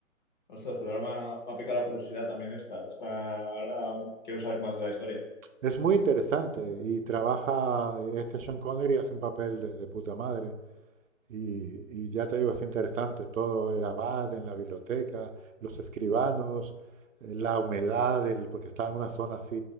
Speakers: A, on the left; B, on the right.
A: Ostras, pues ahora me ha, me ha picado la curiosidad también esta. Esta- ahora quiero saber más de la historia.
B: Es muy interesante y trabaja, eh, este Sean Connery hace un papel de, de puta madre. Y, y ya te digo, es interesante todo el abad en la biblioteca, los escribanos, eh, la humedad, el- porque estaba en una zona así